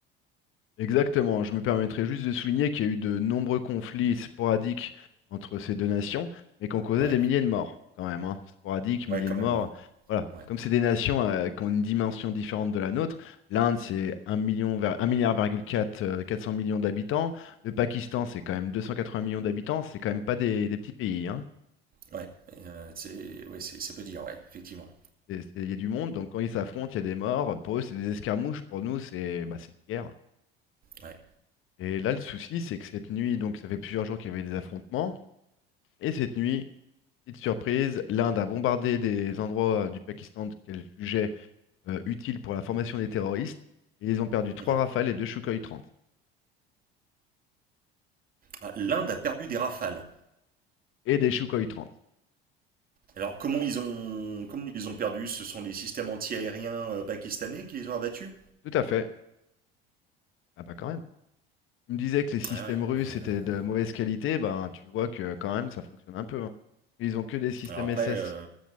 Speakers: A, on the left; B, on the right.
A: Exactement. Je me permettrai juste de souligner qu'il y a eu de nombreux conflits sporadiques entre ces deux nations, mais qui ont causé
B: Ouais,
A: des milliers de morts, quand même, hein. Sporadiques, milliers
B: ouais, quand
A: de
B: même.
A: morts.
B: hein.
A: Voilà.
B: Ouais,
A: Comme c'est des nations euh, qui ont une dimension différente de la nôtre, l'Inde, c'est un million, ver- un milliard, virgule quatre, euh, 400 millions d'habitants. Le Pakistan, c'est quand même 280 millions d'habitants. C'est quand même pas des, des petits pays, hein.
B: ouais, Euh, c'est, ouais, c'est, c'est peu dire. Ouais, effectivement.
A: C'est- c'est- Il y a du monde, donc quand ils s'affrontent, il y a des morts. Pour eux, c'est des escarmouches, pour nous, c'est bah, c'est une guerre.
B: Ouais.
A: Et là, le souci, c'est que cette nuit, donc ça fait plusieurs jours qu'il y avait des affrontements, et cette nuit, petite surprise, l'Inde a bombardé des endroits euh, du Pakistan qu'elle jugeait euh, utiles pour la formation des terroristes, et ils ont perdu trois
B: Mhm.
A: Rafales et deux Sukhoi 30.
B: Ah, l'Inde a perdu des rafales.
A: Et des Sukhoi 30.
B: Alors comment ils ont, comment ils les ont perdu? Ce sont les systèmes anti-aériens euh, pakistanais qui les ont abattus?
A: Tout à fait. Ah bah quand même. Tu me disais que les systèmes
B: Ouais, ouais,
A: russes
B: mais.
A: étaient
B: euh,
A: de mauvaise qualité, ben tu vois que quand même, ça fonctionne un peu. hein. Ils ont que des systèmes
B: Alors après,
A: SS.
B: euh,